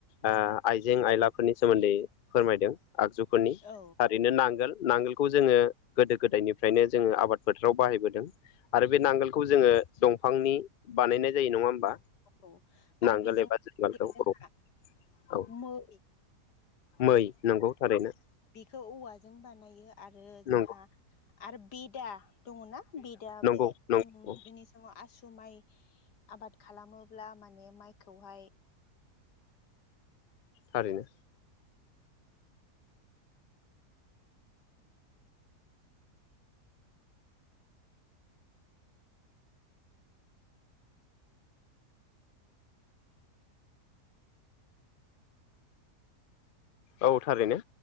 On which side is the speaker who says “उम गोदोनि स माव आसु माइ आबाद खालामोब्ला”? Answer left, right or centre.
Left